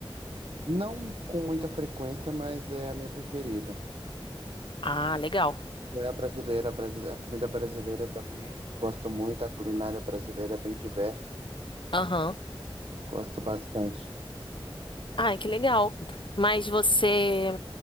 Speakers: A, on the right; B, on the left.
A: Não com muita frequência, mas é a minha preferida.
B: Ah, legal.
A: É a brasileira, a, brasi- a comida brasileira também. Gosto muito, a culinária brasileira é bem diversa.
B: Aham.
A: Gosto bastante.
B: Ai, que legal. Mas você,